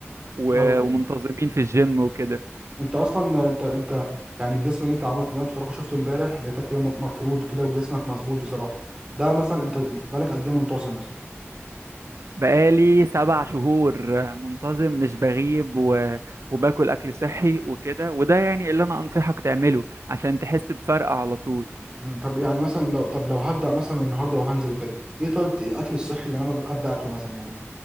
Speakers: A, on the right; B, on the right.
A: و-
B: ايوه
A: ومنتظمين في الجيم وكده
B: انت اصلا انت انت يعني الجسم اللي انت عملته ده بصراحه شفته امبارح لقيتك كده م- مفرود كده وجسمك مظبوط بصراحه ده مثلا انت بقالك قد ايه منتظم مثلا
A: بقالي سبع شهور منتظم مش بغيب و... وباكل أكل صحي وكده وده يعني اللي أنا أنصحك تعمله عشان تحس بفرق على طول
B: مم. طب يعني مثلا لو طب لو هبدا مثلا من النهارده وهنزل وكده ايه طيب الاكل الصحي اللي انا ابدا اكله مثلا يعني